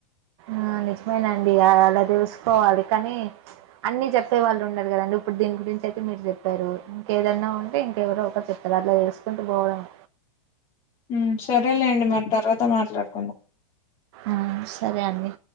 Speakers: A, on the right; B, on the left.
A: ఆ నిజమేనండి అలా తెస్కోవాలి కనీ అన్ని చెప్పే వాళ్ళు ఉండరు కదండి. ఇప్పుడు దీన్ గురించి అయితే మీరు చెప్పారు ఇంకేదన్నా ఉంటే ఇం కెవరో ఒకరు చెప్తారు అట్లా తెలుసుకుంటూ పోవడమే
B: మ్ సరేలేండి మరి తర్వాత మాట్లాడుకుందాం.
A: ఆ సరే అండి.